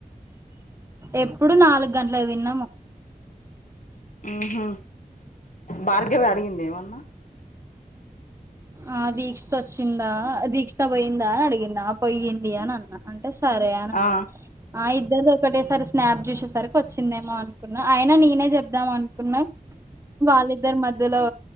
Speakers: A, on the right; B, on the left.
A: ఎప్పుడు నాలుగు గంటలకి తిన్నాము.
B: మ్హు భార్గవి అడిగింద ఏమన్న?
A: ఆ దీక్షత వచ్చిందా, దీక్షత పోయిందా అడిగింద ఆ పోయింది అని అన్న అంటే సరే అని అన్న
B: ఆ
A: ఆ ఇద్దరిది ఒకటేసారి స్నాప్ చూసేసరికి వచ్చిందేమో అనుకున్నా అయినా నేనే చెప్ ద్దామ్ అనుకున్నా వాళ్ళిద్దరి మధ్యలో